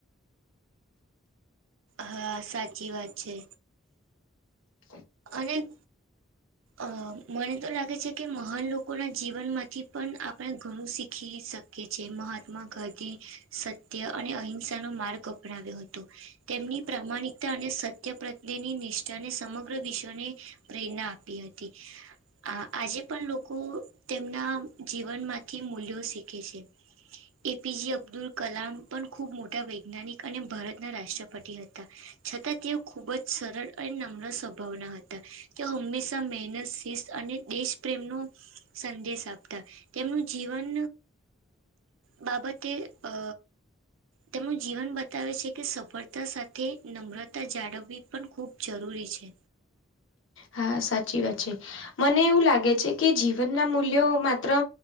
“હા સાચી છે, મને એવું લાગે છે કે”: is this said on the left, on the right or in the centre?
Left